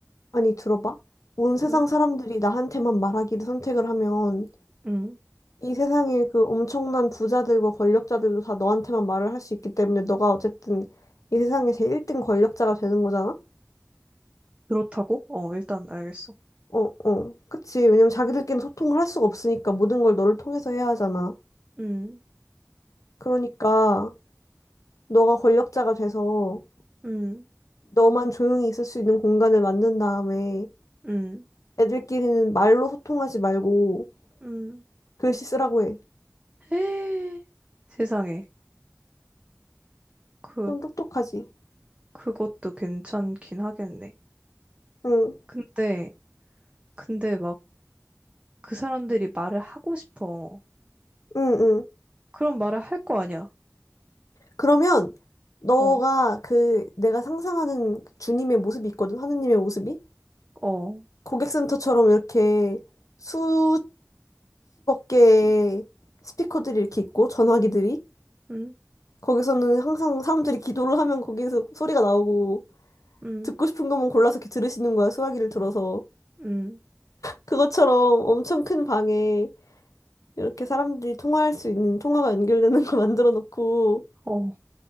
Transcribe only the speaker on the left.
아니, 들어봐. 온 세상
사람들이 나한테만 말하기를 선택을 하면
이 세상에 그 엄청난 부자들과 권력자들도 다 너한테만 말을 할 수 있기 때문에 너가 어쨌든 이 세상의 제일 1등 권력자가 되는 거잖아?
어, 어. 그치. 왜냐면 자기들끼리 소통을 할 수가 없으니까 모든 걸 너를 통해서 해야 하잖아.
그러니까 너가 권력자가 돼서
너만 조용히 있을 수 있는 공간을 만든 다음에
애들끼리는 말로 소통하지 말고
글씨 쓰라고 해.
좀 똑똑하지?
응,
응, 응.
그러면 너가
그 내가 상상하는 주님의 모습이 있거든, 하느님의 모습이?
고객센터처럼 이렇게 수십억 개의 스피커들이 이렇게 있고, 전화기들이.
거기서는 항상 사람들이 기도를 하면 거기서 소리가 나오고,
듣고 싶은 것만 골라서 이렇게 들으시는 거야, 수화기를 들어서.
그것처럼 엄청 큰 방에 이렇게 사람들이 통화할 수 있는 통화가 연결되는 걸 <laughs> 만들어 놓고,